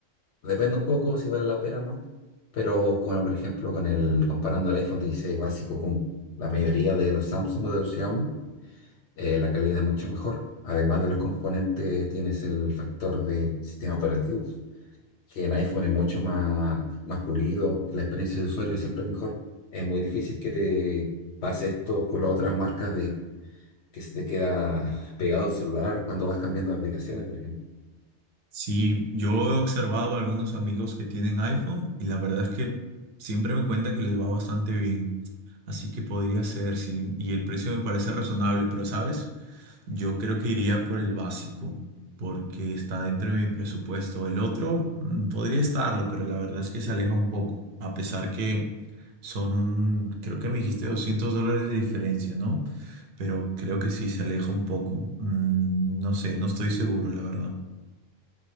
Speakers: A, on the left; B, on the right.
A: depende un poco si vale la pena o no. Pero como por ejemplo, con el, comparando el iPhone dieciséis básico con la mayoría de los Samsung o de los Xiaomi, eh, la calidad es mucho mejor. Además de los componentes, tienes el factor de sistema operativo, que en iPhone es mucho más, más pulido, la experiencia de usuario siempre es mejor. Es muy difícil que te pase esto con las otras marcas de que se te queda pegado el celular cuando vas cambiando de aplicaciones, por ejemplo.
B: Si yo he observado a algunos amigos que tienen iPhone y la verdad es que siempre me cuentan que les va bastante bien. Así que podría ser, sí. Y el precio me parece razonable, pero ¿sabes? Yo creo que iría por el básico, porque está dentro de mi presupuesto. El otro mm, podría estarlo, pero la verdad es que se aleja un poco, a pesar que son, creo que me dijiste 200 dólares de diferencia, ¿no? Pero creo que sí, se aleja un poco. Mm, no sé, no estoy seguro, la verdad.